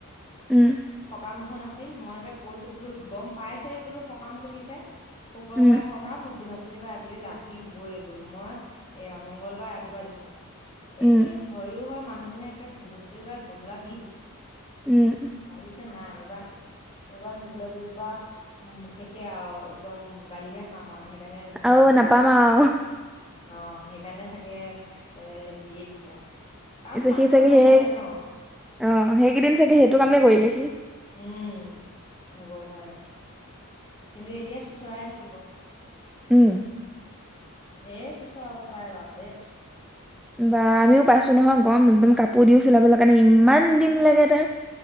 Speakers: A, in the centre; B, on the left.
A: উম
B: সকাম এখন আছে ছিল মই এতিয়া কৈছো বুলো গম পাইছে বোলো সকাম চলিছে শুক্ৰবাৰে
A: উম
B: সকাম মোক বৃহস্ <unintelligible> বা আবেলি লাগিবই বোলো মই এয়া মংগলবাৰ ৰাতিপুৱা দিছোঁ
A: উম
B: একে হয়ো হয় মানুহজনে একে বৃহস্পতিবাৰে গধূলা দি দিছে
A: উম
B: ভাবিছে নাই এইবাৰ এইবাৰ নিদিলে বুলিবা উম শেষে আৰু একদম গালিহে খাম আৰু সেইকাৰণে বুলিবা
A: আৰু
B: দিয়ে
A: নাপাম আৰু
B: অ সেইকাৰণে চাগে এ দিয়েই দিছে আৰু কাৰণ মানুহটোও
A: সি চাগে
B: গম পাইছে
A: হে
B: ন
A: অ সেইকেই দিন চাগে সেই এইটো কামে কৰিলে সি
B: উম, হ'ব পাৰে কিন্তু এতিয়া চোচৰাই থাকিব
A: উম
B: ধেৰ চোচাৰাব পাৰে বাপ
A: বা আমিও পাইছো নহয় গম একদম কাপোৰ দিও চিলাবলৈ কাৰণে ইমান তিনি দিন লাগে টাইম